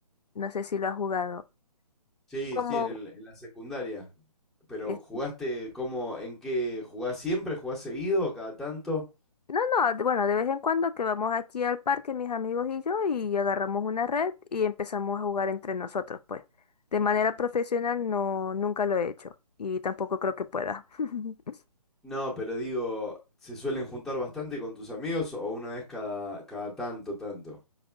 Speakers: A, on the left; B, in the centre.
A: No sé si lo has jugado.
B: Sí,
A: Como
B: sí, en el- en la secundaria. Pero
A: es-
B: jugaste cómo ¿en qué? ¿Jugás siempre? ¿Jugás seguido? ¿Cada tanto?
A: No, no, de- bueno, de vez en cuando que vamos aquí al parque, mis amigos y yo, y agarramos una red y empezamos a jugar entre nosotros, pues. De manera profesional no, nunca lo he hecho. Y tampoco creo que pueda. <laughs>
B: No, pero digo, ¿se suelen juntar bastante con tus amigos o una vez cada, cada tanto, tanto?